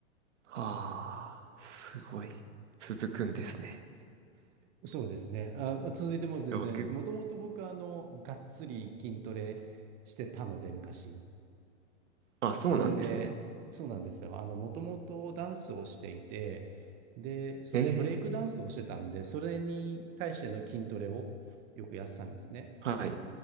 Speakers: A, on the right (about 80°); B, on the right (about 25°).
A: ああ、すごい。続くんですね。
B: そうですね。あ、続いても全然、
A: 僕、
B: もともと僕、あの、がっつり筋トレしてたので、昔。
A: あ、そうなんですね。
B: それで、そうなんですよ。あの、もともとダンスをしていて、で、それ、
A: ええ、
B: ブレイクダンスをしてたんで、それに対しての筋トレをよくやってたんですね。
A: はい。